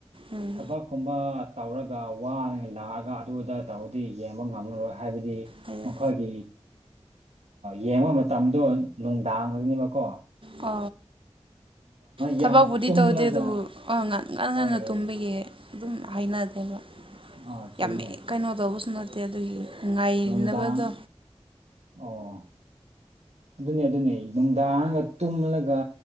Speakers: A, on the right; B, on the right.
A: ꯎꯝ
B: ꯊꯕꯛꯀꯨꯝꯕ ꯇꯧꯔꯒ ꯋꯥꯅꯅ ꯂꯥꯛꯑꯒ ꯑꯗꯨꯗ ꯇꯧꯔꯗꯤ ꯌꯦꯡꯕ ꯉꯝꯃꯔꯣꯏ ꯍꯥꯏꯕꯗꯤ
A: ꯍꯥꯏꯗ
B: ꯃꯈꯣꯏꯒꯤ ꯌꯦꯡꯕ ꯃꯇꯝꯗꯣ ꯅꯨꯡꯗꯥꯡꯅꯦꯕꯀꯣ
A: ꯑ ꯊꯕꯛꯄꯕꯨꯗꯤ
B: ꯌꯥꯝ ꯇꯨꯝꯂꯒ
A: ꯇꯧꯗꯦ ꯑꯗꯨꯕꯨ ꯉꯥꯟ ꯉꯥꯟ ꯉꯟꯅ
B: ꯍꯣꯏ ꯍꯣꯏ
A: ꯇꯨꯝꯕꯒꯤ ꯑꯗꯨꯝ ꯍꯥꯏꯅꯗꯦꯕ
B: ꯑꯥ ꯆꯨꯝꯃꯦ
A: ꯌꯥꯝꯃꯦ ꯀꯩꯅꯣ ꯇꯧꯕꯁꯨ ꯅꯠꯇꯦ ꯑꯗꯨꯒꯤ ꯉꯥꯏꯅꯕꯗꯣ
B: ꯅꯨꯡꯗꯥꯡ ꯑꯣ ꯑꯗꯨꯅꯦ ꯑꯗꯨꯅꯦ ꯅꯨꯡꯗꯥꯡꯒ ꯇꯨꯝꯂꯒ